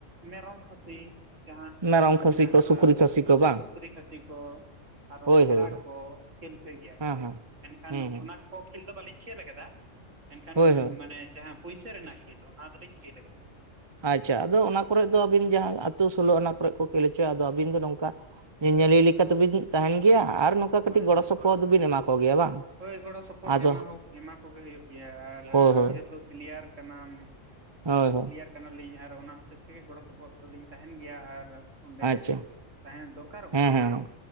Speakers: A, on the right; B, on the right.
A: ᱢᱮᱨᱚᱢ ᱠᱷᱟᱹᱥᱤ ᱡᱟᱦᱟᱸ
B: ᱢᱮᱨᱚᱢ
A: ᱟᱨ ᱦᱚᱸ
B: ᱠᱷᱟᱹᱥᱤ
A: ᱢᱮᱱᱟᱜ
B: ᱠᱚ
A: ᱟᱠᱟᱫᱟ
B: ᱥᱩᱠᱨᱤ ᱠᱷᱟᱹᱥᱤ ᱠᱚ ᱵᱟᱝ
A: ᱥᱩᱠᱨᱤ ᱠᱷᱟᱹᱥᱤ ᱠᱚ ᱟᱨ ᱦᱚᱸ
B: ᱦᱳᱭ
A: ᱵᱷᱮᱲᱟ
B: ᱦᱳᱭ ᱦᱮᱸ
A: ᱠᱚ ᱠᱷᱮᱞ ᱦᱚᱪᱚᱭ ᱜᱮᱭᱟ ᱠᱚ
B: ᱦᱮᱸ
A: ᱮᱱᱠᱷᱟᱱ,
B: ᱦᱮᱸ ᱦᱮᱸ
A: ᱚᱱᱟ ᱠᱚ ᱠᱷᱮᱞ ᱫᱚ ᱵᱟᱹᱞᱤᱧ ᱠᱷᱮᱞ ᱟᱠᱟᱫᱟ, ᱢᱮᱱ ᱠᱷᱟᱱ
B: ᱦᱳᱭ ᱦᱳᱭ
A: ᱢᱟᱱᱮ ᱡᱟᱦᱟᱸ ᱯᱩᱭᱥᱟᱹ ᱨᱮᱱᱟᱜ ᱠᱷᱮᱞ ᱚᱱᱟ ᱫᱚᱞᱤᱧ ᱠᱷᱮᱞ ᱟᱠᱟᱫᱟ ᱾
B: ᱟᱪᱪᱷᱟ, ᱟᱫᱚ ᱚᱱᱟ ᱠᱚᱨᱮᱜ ᱫᱚ ᱟᱹᱵᱤᱱ ᱡᱟᱦᱟᱸ ᱟᱛᱳ ᱥᱳᱞᱳ ᱟᱱᱟ ᱠᱚᱨᱮ ᱠᱚ ᱠᱷᱮᱞ ᱦᱚᱪᱚᱣᱟ ᱟᱫᱚ ᱟᱹᱵᱤᱱ ᱫᱚ ᱱᱚᱝᱠᱟ, ᱧᱮᱧᱮᱞᱤᱭᱟᱹ ᱞᱮᱠᱟ ᱛᱚᱵᱮ ᱵᱤᱱ ᱛᱟᱦᱮᱱ ᱜᱮᱭᱟ ᱟᱨ ᱱᱚᱝᱠᱟ ᱠᱟᱹᱴᱤᱡ
A: ᱦᱳᱭ
B: ᱜᱚᱲᱚ
A: ᱦᱳᱭ
B: ᱥᱚᱯᱚᱦᱚᱫ ᱫᱚᱵᱤᱱ ᱮᱢᱟ ᱠᱚᱜᱮᱭᱟ ᱵᱟᱝ?
A: ᱦᱳᱭ ᱜᱚᱲᱚ ᱥᱚᱯᱚᱦᱚᱫ
B: ᱟᱫᱚ
A: ᱦᱚᱸ ᱮᱢᱟ ᱠᱚᱜᱮ ᱦᱳᱭᱳᱜ ᱜᱮᱭᱟ ᱟᱨ
B: ᱦᱳᱭ ᱦᱳᱭ
A: ᱡᱮᱦᱮᱛᱩ ᱯᱞᱮᱭᱟᱨ ᱠᱟᱱᱟᱢ,
B: ᱦᱳᱭ ᱜᱚ
A: ᱯᱞᱤᱭᱟᱨ ᱠᱟᱱᱟᱞᱤᱧ ᱟᱨ ᱚᱱᱟ ᱦᱚᱛᱮᱡ ᱛᱮ ᱜᱮ ᱜᱚᱲᱚ ᱥᱚᱯᱚᱦᱚᱫ ᱫᱚᱞᱤᱧ ᱛᱟᱦᱮᱱ ᱜᱮᱭᱟ ᱟᱨ ᱚᱸᱰᱮ
B: ᱟᱪᱪᱷᱟ
A: ᱛᱟᱦᱮᱸ ᱫᱚᱨᱠᱟᱨᱚᱜ
B: ᱦᱮᱸ
A: ᱠᱟᱱ
B: ᱦᱮᱸ
A: ᱜᱮᱭᱟ ᱾